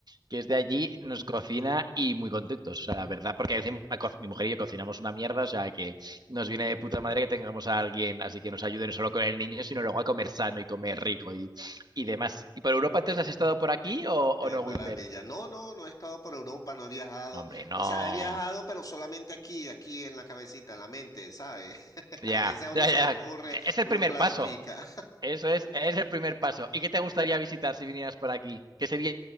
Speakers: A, on the right; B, on the left.
A: que es de allí, nos cocina y muy contentos, o sea, la verdad, porque encima co- mi mujer y yo cocinamos una mierda, o sea, que nos viene de puta madre que tengamos a alguien, así que nos ayude no solo con el niño, sino luego a comer sano y comer rico y, y demás. ¿Y por Europa entonces has estado por aquí o, o
B: Qué
A: no,
B: maravilla.
A: Wilmer?
B: No, no, no he estado por Europa, no he viajado.
A: No, hombre, no.
B: O sea, he viajado, pero solamente aquí, aquí en la cabecita, en la mente, ¿sabes? <laughs>
A: Ya,
B: A veces a
A: ya,
B: uno se
A: ya.
B: le ocurre,
A: Es el
B: uno
A: primer
B: planifica.
A: paso. Eso es, es el primer paso. ¿Y qué te gustaría visitar si vinieras por aquí? ¿Qué sería